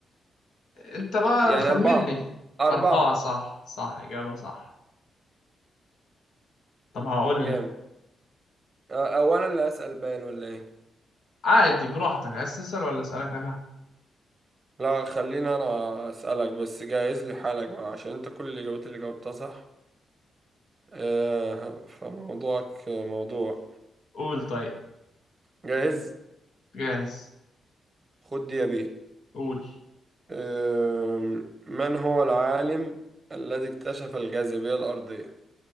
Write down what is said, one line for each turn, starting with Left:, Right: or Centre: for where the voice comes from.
Left: انت بقى
Right: يعني
Left: خمن
Right: أربعة
Left: لي
Right: أربعة
Left: أربعة صح صح إجابة صح طب هقول
Right: جامد
Left: لك
Right: أ- أو أنا اللي أسأل باين ولا إيه
Left: عادي براحتك عايز تسأل ولا أسألك أنا
Right: لا خليني أنا أسألك بس جهز لي حالك بقى عشان أنت كل الإجابات اللي جاوبتها صح آه فموضوعك موضوع
Left: قول طيب
Right: جاهز
Left: جاهز
Right: خد دي يا بيه
Left: قول
Right: آه من هو العالم الذي اكتشف الجاذبية الأرضية